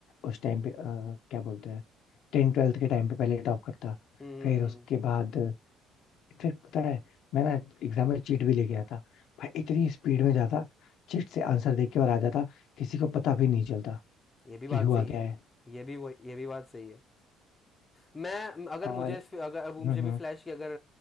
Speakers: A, on the left; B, on the left.
A: उस टाइम पे अ, क्या बोलते हैं टेन ट्वेल्थ के टाइम पे पहले टॉप करता
B: हम्म हम्म,
A: फिर उसके
B: हम्म।
A: बाद फिर पता है मैं ना एग्जाम में चीट भी ले गया था भाई इतनी स्पीड में जाता चीट से आंसर देख के और आ जाता किसी को पता भी नहीं चलता
B: ये भी बात
A: कि हुआ
B: सही
A: क्या
B: है
A: है
B: ये भी वो ये भी बात सही है मैं अगर
A: और
B: मुझे अगर अब मुझे
A: हम्म
B: भी फ्लैश की अगर